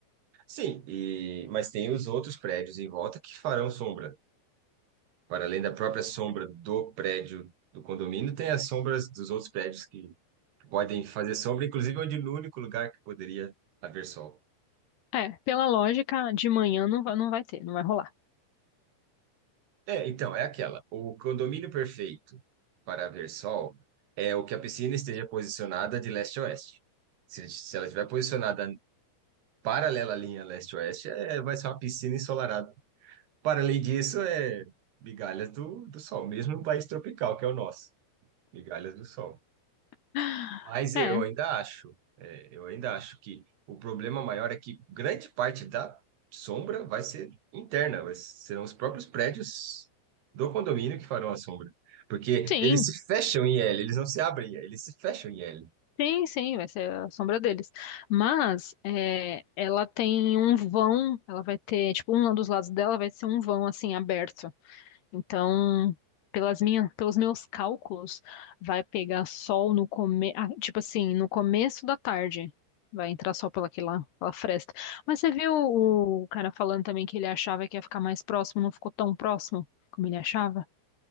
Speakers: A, on the right (about 60°); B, on the left (about 65°).
A: Sim, e, mas tem os outros prédios em volta que farão sombra. Para além da própria sombra do prédio do condomínio, tem as sombras dos outros prédios que Podem fazer sombra, inclusive, onde no único lugar que poderia haver sol.
B: É, pela lógica, de manhã não vai, não vai ter, não vai rolar.
A: É, então, é aquela. O condomínio perfeito para haver sol é o que a piscina esteja posicionada de leste a oeste. Se, se ela estiver posicionada paralela à linha leste-oeste, é, vai ser uma piscina ensolarada. Para além disso, é migalhas do, do sol, mesmo no país tropical, que é o nosso. Migalhas do sol.
B: <laughs>
A: Mas
B: É,
A: eu ainda acho, é, eu ainda acho que o problema maior é que grande parte da sombra vai ser interna, vai- serão os próprios prédios do condomínio que farão a sombra. Porque
B: sim.
A: eles se fecham em L, eles não se abrem em L, eles se fecham em L.
B: Sim, sim, vai ser a sombra deles. Mas é, ela tem um vão, ela vai ter, tipo, um dos lados dela vai ser um vão assim aberto. Então, pelas minhas, pelos meus cálculos, vai pegar sol no come, ah, tipo assim, no começo da tarde. Vai entrar sol pela aquela, pela fresta. Mas você viu o
A: Sim.
B: cara falando também que ele achava que ia ficar mais próximo, não ficou tão próximo como ele achava?